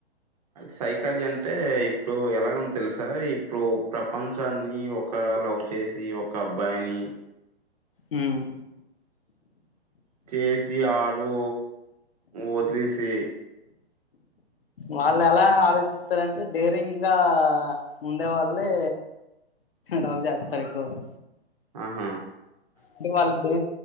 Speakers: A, on the right; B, on the left.
A: సైకాలజీ అంటే ఇప్పుడు ఎలాగందో తెలుసా ఇప్పుడు ప్రపంచాన్ని ఒ ఒక లవ్ చేసి ఒక అబ్బాయిని
B: ఉమ్
A: చేసి ఆడు వదిలేసి
B: వాళ్ళు ఎలా ఆలోచిస్తారంటే డేరింగ్ గా ఉండే వాళ్ళే లవ్ చేస్తారు ఎక్కువగా
A: ఆహా
B: అంటే వాళ్లయితే